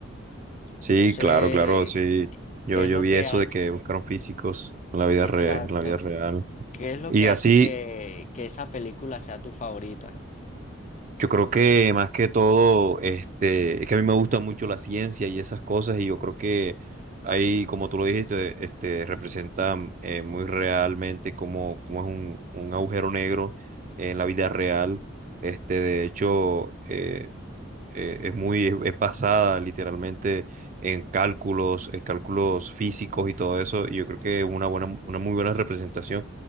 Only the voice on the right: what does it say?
Sí,
claro, claro, sí. Yo,
yo
vi
eso
de que buscaron físicos en la vida
re- en la vida real.
Y
así,
Yo creo que más que todo, este, es que a mí me gusta mucho la ciencia y esas cosas, y yo creo que ahí, como tú lo dijiste, este, representa eh, muy realmente cómo, cómo es un, un agujero negro en la vida real. Este, de hecho, eh, eh, es muy, es, es basada literalmente en cálculos, en cálculos físicos y todo eso, y yo creo que es una buena, una muy buena representación.